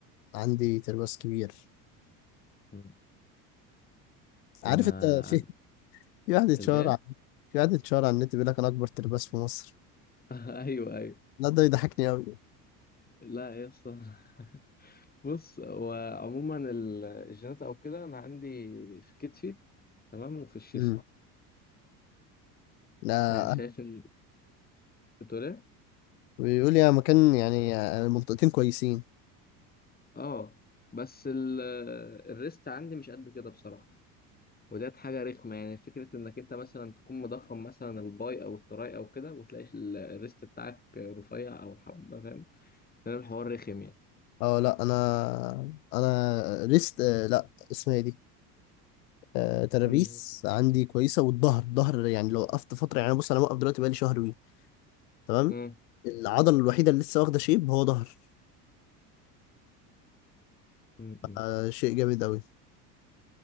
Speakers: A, on the left (about 80°); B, on the left (about 20°).
A: عندي ترباس كبير
B: مم.
A: عارف
B: انا
A: انت في
B: عن
A: في واحد اتشهر
B: الايه
A: عن- في واحد اتشهر على النت بيقول لك انا اكبر ترباس في مصر
B: <laughs> ايوه ايوه
A: لا ده يضحكني قوي
B: لا يا اسطى <laughs> بص هو عموما ال- الجينات او كده انا عندي في كتفي تمام وفي الشيست
A: امم لا
B: آه، شايف ان بتقول ايه
A: بيقول يا مكان يعني المنطقتين كويسين
B: اه بس ال- الريست عندي مش قد كده بصراحه وديت حاجه رخمه يعني فكره انك انت مثلا تكون مضخم مثلا الباي او التراي او كده وتلاقي ال- الريست بتاعك رفيع او حبه فاهم فاهم الحوار رخم يعني
A: اه لا انا انا ريست آه، لا اسمها ايه دي آه، ترابيس
B: مم.
A: عندي كويسه والظهر الظهر يعني لو وقفت فتره يعني بص انا موقف دلوقتي بقالي شهر وي تمام
B: مم.
A: العضله الوحيده اللي لسه واخده شيب هو ظهر
B: مم. مم.
A: آه، شيء جامد قوي